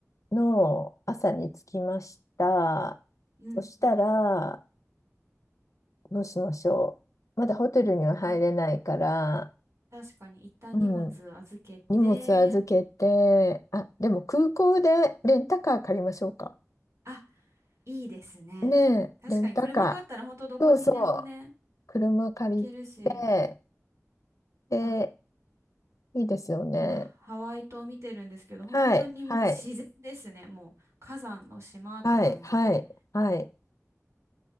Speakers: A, on the left; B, on the right.
A: の朝に着きました。
B: んうん。
A: そしたら、どうしましょう。まだホテルには入れないから、
B: は、確かに、一旦荷物預けて、
A: うん、荷物預けて、あ、でも空港でレンタカー借りましょうか。
B: あ、いいですね。
A: ねえ、
B: 確かに、
A: レンタカ
B: 車があったら、本当どこにでもね、
A: ー。そうそう、車借りて、
B: 行けるし。
A: で、
B: わ
A: いいですよね。
B: 今、ハワイ島見てるんですけど、本当にもう自然ですね。
A: はい、はい、
B: もう火山の島って感じで。
A: はい、はい、はい。